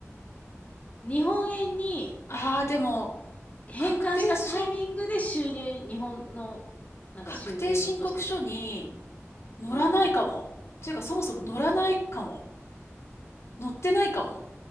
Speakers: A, on the left (about 30°); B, on the left (about 65°).
A: 日本円に
B: ああ、でも、
A: 変換したタイミングで収入、
B: 確定申、
A: 日本のなんか収入のとして、
B: 確定申告書に、乗らないかも。
A: うん。
B: ていうか、そもそも乗らないかも。乗ってないかも。